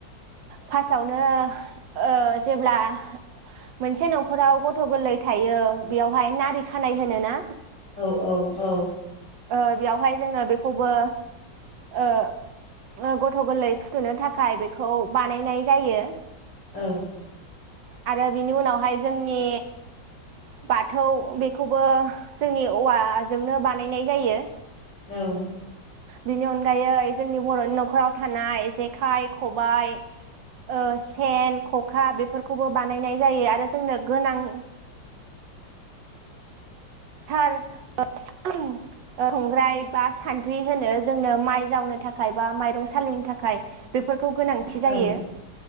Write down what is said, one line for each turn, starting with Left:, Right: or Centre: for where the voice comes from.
Right: फार्स्टआवनो ओ जेब्ला मोनसे नखराव गथ गोरलै थायो बेयावहाय नारि हानाय होनो ना?
Left: औ औ औ
Right: ओ बेयावहाय जोङो बेखौबो ओ गथ गोरलै फुथुनो थाखाय बेखौ बानायनाय जायो
Left: औ
Right: आरो बिनि उनावहाय जोंनि बाथौ बेखौबो जोंनि औवा जोंनो बानायनाय जायो।
Left: औ
Right: बेनि अनगायै जोंनि बर'नि नख'राव थानाय जेखाइ खबाइ ओ सेन खखा बेफोरखौबो बानायनाय जायो आरो जोंनो गोनां थार <inaudible> संग्राय बा सान्द्रि होनो जोंनो माइ जावनो थाखाय बा माइरं सालिनो थाखाय बेफोर गोनांथि
Left: औ
Right: जायो